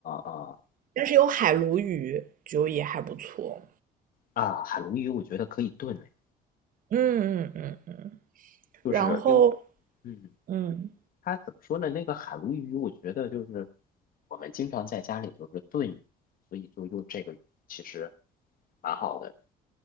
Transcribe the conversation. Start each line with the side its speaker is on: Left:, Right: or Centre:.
Left: 啊
Right: 但是有海鲈鱼，就也还不错。
Left: 啊，海鲈鱼我觉得可以炖哎，
Right: 嗯嗯嗯嗯，
Left: 就是因为。
Right: 然后
Left: 嗯，
Right: 嗯，
Left: 它怎么说呢？那个海鲈鱼，我觉得就是我们经常在家里就是炖鱼所以就用这个鱼，其实蛮好的。